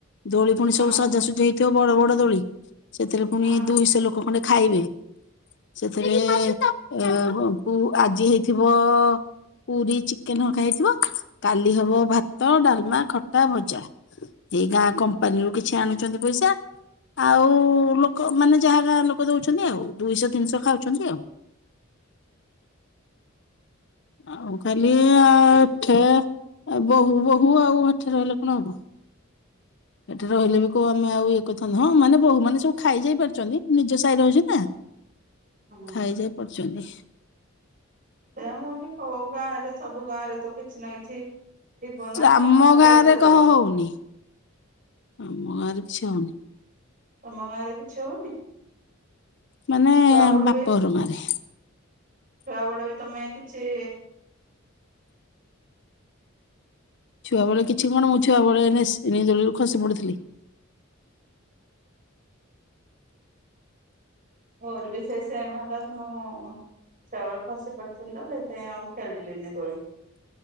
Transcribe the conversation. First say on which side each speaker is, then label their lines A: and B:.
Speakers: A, on the left; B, on the right.
A: ଦୋଳି ଫୁଣି
B: ହଁ
A: ସବୁ ସଜାସଜି ହେଇଥିବ ବଡ ବଡ ଦୋଳି ସେଥିରେ ପଫୁଣି
B: ହଁ
A: ଦୁଇଶ ଲୋକ ଖଣ୍ଡେ ଖାଇବେ ସେଥିରେ ଏ ପୁ ଆଜି ହେଇଥିବ ପୁରୀ ଚିକେନ ହକା ହେଇଥିବ କାଲି ହବ ଭାତ ଡାଲମା ଖଟା ଭଜା ଏଇ ଗାଁ କମ୍ପାନୀରୁୁ କିଛି ଆଣୁଛନ୍ତି ପଇସା ଆଉ ଲୋକ ମାନେ ଯାହା ଯାହା ଲୋକ ଦଉଛନ୍ତି ଆଉ ଦୁଇଶହ ତିନିଶହ ଖାଉଛନ୍ତି ଆଉ। ଆଉ ଖାଲି ଏଠେ ବୋହୂ ବୋହୂ ଆଉ ହେଠେ ରହିଲେ କଣ ହବ ଏଠେ ରହିଲେ ବି କୋଉ ଆମେ ଆଉ ଇଏ କରିଥାନ୍ତୁ ହଁ ମାନେ ବହୁ ମାନେ ସବୁ ଖାଇ ଯାଇ ପାରୁଛନ୍ତି ନିଜ ସାଇରେ ହଉ ଛି ନା
B: ହଁ
A: ଖାଇଯାଇ ପାରୁଛନ୍ତି।
B: ଏଏରା ମୁଁ ଏନ୍ତି କୋଉ ଗାଁ ରେ ସବୁ ଗାଁ ରେ ତ କିଛି ନା କିଛି ଥିବ ନା
A: ଆମ
B: ଆ
A: ଗାଁରେ
B: ରଜରେ
A: କହ ହଉନି ଆମ ଘାଁରେ କିଛି ହଉନି
B: ତମ ଗାଁ ରେ କିଛି ହଉନି?
A: ମାନେ
B: ଛୁଆ
A: ବାପ
B: ବି
A: ଘର ଗାଁରେ
B: ଛୁଆ ବେଳୁ ବି ତମେ କିଛି
A: ଛୁଆବେଳେ କିଛି କଣ ମୁଁ ଛୁଆବେଳେ ନେସିଣି ଦୋଳିରୁ ଖସି ପଡିଥିଲି।
B: ମୋର ବି ସେଇ ସେମ୍ ହବ ତୁମ ମ ସେ ଖସି ପଡିଥିଲା ସେଇଥିପାଇଁ ଆଉ ଖେଳିଲିନି ଦୋଳି।